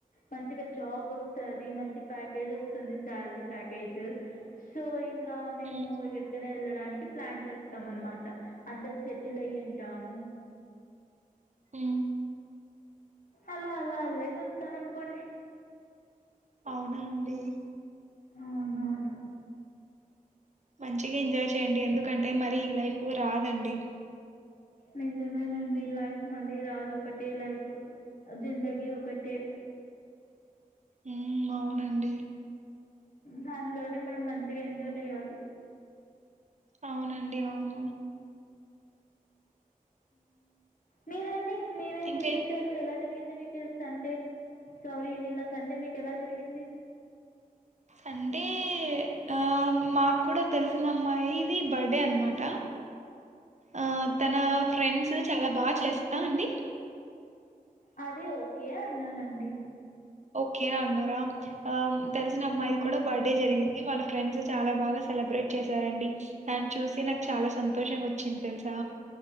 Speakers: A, on the left; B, on the right.
A: మంచిగా జాబ్ వస్తుంది మంచి ప్యాకేజ్ వస్తుంది శాలరీ ప్యాకేజ్ సో ఇంకా మేము
B: ఉమ్
A: ఎక్కడికనే వెళ్ళడానికి ప్లాన్ చేస్తాం అనమాట అందరు సెటిల్ అయ ఉంటాము
B: ఉమ్
A: అలా అలా అల్లే చూస్తాం అనుకోండి
B: అవునా అండి
A: అవును
B: మంచిగా ఎంజాయ్ చేయండి ఎందుకంటే మరి ఈ లైఫ్ రాదు అండి
A: మెజర్మన్ అండి లైఫ్ మళ్ళీ రాదు ఒకటే లైఫ్ జిందగిీ ఒకటి
B: ఉ అవునండి
A: దానిలోనే మనం మంచిగా ఎంజాయ్ చేయాలి
B: అవునండి అవును
A: మీరండి మీరేం
B: ఇంకే
A: విశేషాలు ఎలా జ జరిగింది మీకు సండే సారీ నిన్న సండే మీకు ఎలా జరిగింది
B: అంటే ఆ మాకు కూడా తెలిసిన అమ్మాయి ఇది బర్డే అనమాట
A: అ
B: ఆ తన ఫ్రెండ్స్ చాలా బాగా చేస్తా అండి
A: అదే ఓకే అన్నానండి
B: ఓకేనా అన్నారా ఆ తెలిసిన అమ్మాయిది
A: మ్మ్.
B: కూడా బర్త్డే జరిగింది వాళ్ళ ఫ్రెండ్స్ చాలా బాగా సెలబ్రేట్ చేశారండి దాన్ని చూసి నాకు చాలా సంతోషం వచ్చింది తెలుసా